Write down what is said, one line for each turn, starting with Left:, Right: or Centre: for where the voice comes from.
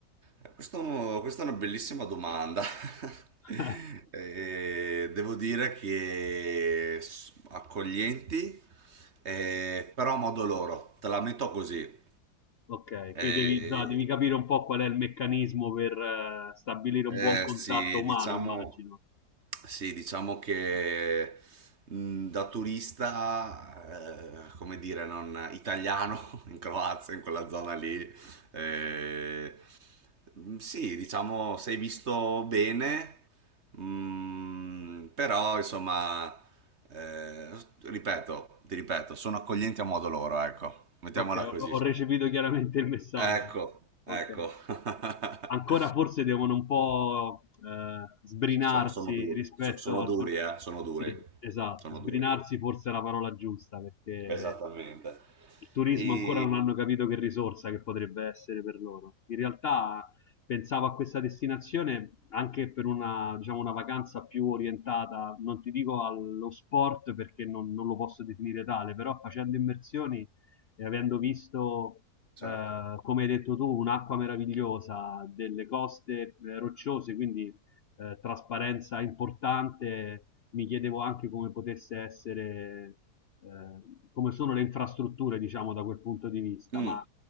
Right: Eh, Questo- questa è una bellissima domanda. <laughs>
Left: <laughs> Eh,
Right: Eh, devo dire che s- accoglienti, eh, però a modo loro, te la metto così.
Left: Ok,
Right: Eh,
Left: quindi devi, no, devi capire un po' qual è il meccanismo per eh, stabilire
Right: eh,
Left: un buon contatto
Right: sì,
Left: umano,
Right: diciamo,
Left: immagino.
Right: Sì, diciamo che mh, da turista, eh, come dire, non italiano <laughs> in Croazia, in quella zona lì, eh, mh, sì, diciamo sei visto bene, mh, però insomma, eh, ripeto, ti ripeto, sono accoglienti a modo loro, ecco, mettiamola
Left: Ok,
Right: così.
Left: ho, ho recepito chiaramente il messaggio.
Right: Ecco,
Left: Ok.
Right: ecco. <laughs>
Left: ancora forse devono un po' eh, sbrinarsi
Right: Sono, sono duri,
Left: rispetto
Right: so- sono
Left: al...
Right: duri, eh, sono duri,
Left: Sì, esatto,
Right: sono
Left: sbrinarsi
Right: duri.
Left: forse è la parola giusta perché
Right: Esattamente.
Left: il turismo
Right: E...
Left: ancora non hanno capito che risorsa che potrebbe essere per loro. In realtà pensavo a questa destinazione anche per una, diciamo, una vacanza più orientata, non ti dico allo sport perché non, non lo posso definire tale, però facendo immersioni e avendo visto,
Right: Certo.
Left: eh, come hai detto tu, un'acqua meravigliosa, delle coste eh, rocciose, quindi eh, trasparenza importante mi chiedevo anche come potesse essere, eh, come sono le infrastrutture, diciamo, da quel punto di vista,
Right: Mm,
Left: ma